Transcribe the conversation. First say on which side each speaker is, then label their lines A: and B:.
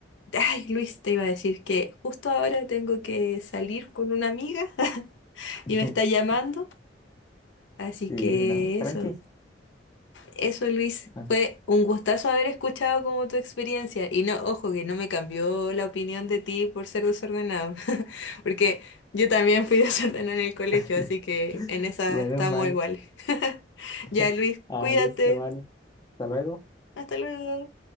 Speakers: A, on the left; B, on the left.
A: ay Luis, te iba a decir que justo ahora tengo que salir con una amiga <laughs>
B: <laughs>
A: y me está llamando, así
B: Sí,
A: que
B: no, tranqui.
A: eso. Eso, Luis,
B: Bueno.
A: fue un gustazo haber escuchado como tu experiencia. Y no, ojo, que no me cambió la opinión de ti por ser desordenado, <laughs> porque yo también fui <laughs> desordenada en el colegio,
B: <laughs>
A: así que en esa
B: Menos
A: estamos
B: mal.
A: iguales. <laughs>
B: <laughs>
A: Ya, Luis,
B: Ah,
A: cuídate.
B: listo, vale. Hasta luego.
A: Hasta luego.